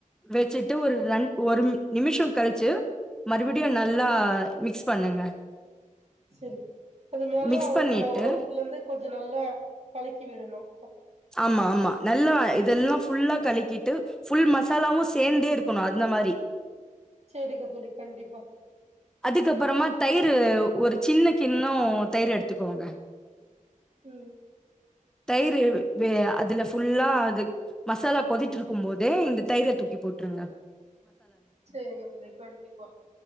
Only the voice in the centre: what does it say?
வெச்சிட்டு ஒரு ரண் ஒரு நிமிஷோ கழிச்சு மறுபடியு நல்லா மிக்ஸ் பண்ணுங்க
மிக்ஸ்
பண்ணிட்டு
ஆமா ஆமா நல்லா இதெல்லா ஃபுல்லா கழிக்கிட்டு ஃபுல் மசாலாவு சேந்தே இருக்கணு அந்த மாரி
அதுக்கப்பறமா தயிரு ஒரு சின்ன கிண்ணோ தயிர் எடுத்துக்கோங்க
தயிரு வ் வெ அதுல ஃபுல்லா அது மசாலா கொதிட்ருக்கும் போதே இந்த தயிர தூக்கி போட்டுருங்க